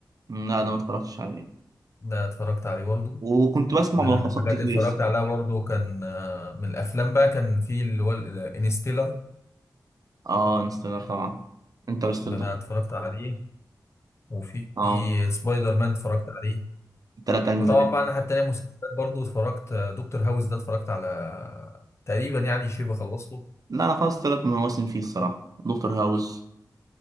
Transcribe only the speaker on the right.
لا أنا ما اتفرجتش عليه
وكنت بسمع
ملخصات
كتير
الصراحة
اه انستغرام طبعا انترستيلر
اه
تلات أجزاء
لا أنا خلاص تلات مواسم فيه الصراحة دكتور هاوس